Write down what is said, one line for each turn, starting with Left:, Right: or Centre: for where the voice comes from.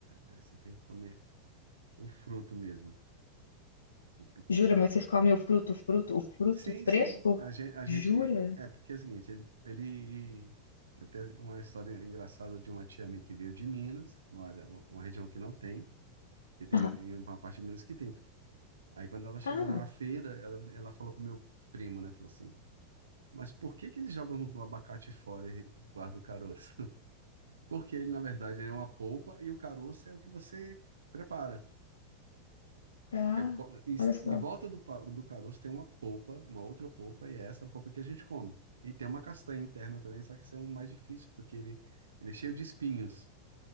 Right: É, você tem que comer. o fruto mesmo do piqui.
Left: Jura, mas vocês comem o fruto, o fruto, o fruto
Right: Sim,
Left: fresco?
Right: sim. A gente, a gente
Left: Jura?
Right: é porque é o seguinte, ele, ele até uma história engraçada de uma tia minha que veio de Minas, uma, área- uma região que não tem, que tem
Left: Ah,
Right: uma parte de Minas que tem piqui. Aí quando ela chegou
Left: ah,
Right: numa feira, ela, ela falou com o meu primo, né? Falou assim: "Mas por que que eles jogam o abacate fora e guardam o caroço?" <laughs> Porque ele, na verdade, é uma polpa e o caroço é o que você prepara.
Left: tá.
Right: Eu po- em,
Left: Olha só.
Right: em volta do, pa- do caroço tem uma polpa, uma outra polpa, e é essa polpa que a gente come. E tem uma castanha interna também, só que isso é um mais difícil, porque ele, ele é cheio de espinhos